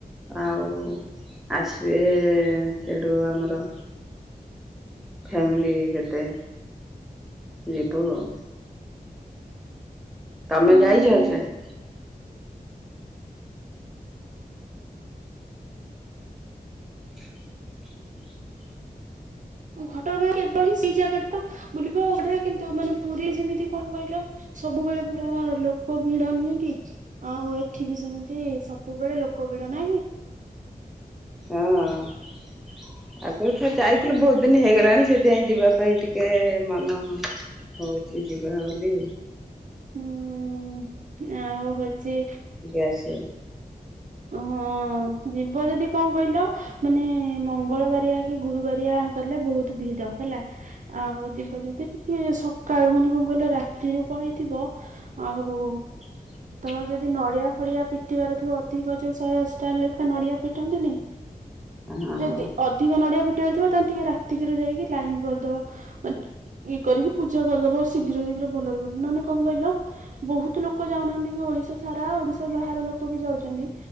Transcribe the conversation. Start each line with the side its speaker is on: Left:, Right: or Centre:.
Centre: ଆଉ। ଆସିବେ ସେଠୁ ଆମର ଫ୍ୟାମିଲି ଗୋଟେ ଯିବୁ ଆଉ। ତମେ
Right: ହୁଁ
Centre: ଯାଇଚ
Right: ହୁଁ
Centre: ଆଉ ସିଆଡେ? <inaudible>
Right: ଘଟଗାଁ ଏବ ହିଁ ସେଇ ଜାଗାଟ ତ ବୁଲିବ ବଡଆ କିନ୍ତୁ ମାନେ ପୁରୀ ଯେମିତି କଣ କହିଲ ସବୁବେଳେ ପୁରା ଲୋକ ଭିଡ ନୁହେଁ କି? ଆଉ ଏଠି ବି ସେମିତି ସବୁବେଳେ ଲୋକ ଭିଡ ନାହିଁ କି?
Centre: ହଁ। ଆଗରୁଥର ଯାଇଥିଲୁ ବହୁତ ଦିନ ହେଇଗଲାଣି। ସେଥିପାଇଁ ଯିବା ପାଇଁ ଟିକେ ମନ ହଉଚି ଯିବା ବୋଲି।
Right: ହୁଁ ଆଉ ହଉଚି
Centre: ଆସ
Right: ହଁ ଯିବ ଯଦି କଣ କହିଲ? ମାନେ ମଙ୍ଗଳବାରିଆ କି ଗୁରୁବାରିଆ ଗଲେ ବହୁତ ଭିଡ ହେଲା। ଆଉ ଯିବ ଯଦି ଟିକେ ସକାଳୁ ମାନେ କଣ କହିଲ ରାତିରୁ ପଳେଇଥିବ ଆଉ
Centre: <inaudible>
Right: ତ ଯଦି ନଡିଆ ଫଡିଆ ପିଟିବାର ଥିବ ଅଧିକ ଯେ ଶହେ ଅସିଟା ଲେଖା ନଡିଆ ପିଟନ୍ତିନି
Centre: ହଁ
Right: ଯଦି ଅଧିକ ନଡିଆ ପିଟିବାର ଥିବ ତାହେଲେ ଟିକେ ରାତିକିରେ ଯାଇକି ଲାଇନ କରିଦବ ମାନେ ଇଏ କରିକି ପୂଜା କରିଦବ ଶୀଘ୍ର ଶୀଘ୍ର ଭଲରେ ଭଲ ନହେନେ କଣ କହିଲ ବହୁତ ଲୋକ ଯାଉନାହାନ୍ତି କି ଓଡିଶା ସାରା ଓଡିଶା ବାହାର ଲୋକ ବି ଯାଉଛନ୍ତି